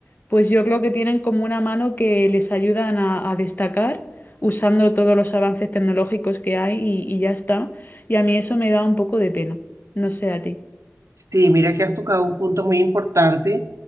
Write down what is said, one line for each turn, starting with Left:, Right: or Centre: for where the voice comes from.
Left: pues yo creo que tienen como una mano que les ayudan a, a destacar usando todos los avances tecnológicos que hay y, y ya está. Y a mí eso me da un poco de pena. No sé a ti.
Right: Sí, mira que has tocado un punto muy importante